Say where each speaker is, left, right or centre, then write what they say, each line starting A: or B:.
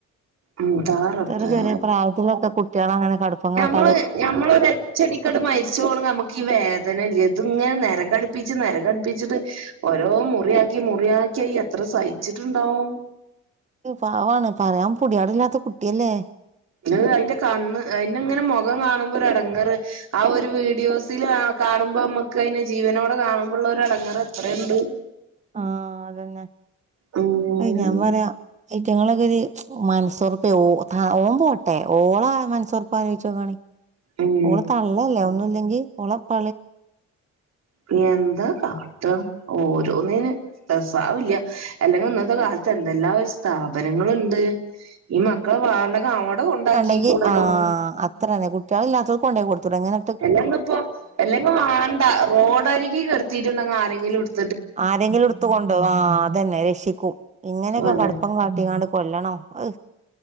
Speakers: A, on the right; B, on the right.
A: എന്താ റബ്ബേ
B: ഇത്ര ചെറിയ പ്രായത്തിലൊക്കെ കുട്ടികളങ്ങനെ കടുപ്പം കാട്ട
A: മ്മൾ ഞമ്മളൊരച്ചടി ങ്ങട് മരിച്ച പോണെങ്കിൽ നമുക്ക് ഈ വേദനയില്ല ഇത് ഇങ്ങനെ നിരകടുപ്പിച്ച് നിരകടുപ്പിച്ചിട്ട് ഓരോ മുറിയാക്കി മുറിയാക്കി അയ് എത്ര സഹിച്ചിട്ടുണ്ടാവും
B: പാവാണ് പറയാൻ പൊടിയാട ഇല്ലാത്ത കുട്ടിയല്ലേ
A: ഏ് അതിന്റെ കണ്ണ് അതിന് ഇങ്ങനെ മുഖം കാണുമ്പോ ഒര് എടെങ്ങറ് ആ ഒരു വീഡിയോസിൽ ആ കാണുമ്പോ നമ്മുക്ക് അയിനെ ജീവനോടെ കാണുമ്പോുള്ള ഒരു എടങ്ങറ് എത്രയുണ്ട്
B: ആഹ് അതന്നെ
A: ഉം
B: അയ് ഞാ പറയാ ഇറ്റങ്ങളൊക്കെ ഒരു മനസുറുപ്പേ ഓ ആ ഓൻ പോട്ടെ ഓള മനസൊറുപ്പ ആലോയിച്ചു നോക്കാണി
A: ഉം
B: ഓള തള്ളല്ലേ ഒന്നുംല്ലെങ്കി ഓള പ
A: ന എന്താ കാട്ട ഓരോന്നീന് രസാവുല്ല എല്ലെങ്കി ഇന്നത്തെ കാലത്ത് എന്തെല്ലാ സ്ഥാപനങ്ങളുണ്ട് ഈ മക്കളെ വാണ്ടങ്കി അവടെ ഉണ്ടാക്കികൂടെടോ
B: ഉണ്ടെങ്കി ആഹ് അത്രന്നെ കുട്ടികൾ ഇല്ലാത്ത കൊണ്ടോയി കൊടുത്തൂടേ അങ്ങനെ
A: എല്ലെങ്ക ഇപ്പോ എല്ലെങ്കും വേണ്ട റോഡരികി കടത്തിയിട്ടുണ്ടങ്ക ആരെങ്കിലും എ
B: ആരെങ്കിലും എടുത്ത കൊണ്ടോ ആ അതന്നെ രക്ഷിക്കും ഇങ്ങനെയൊക്കെ
A: അതെ
B: കടുപ്പം കാട്ടികാണ്ട് കൊല്ലണോ അ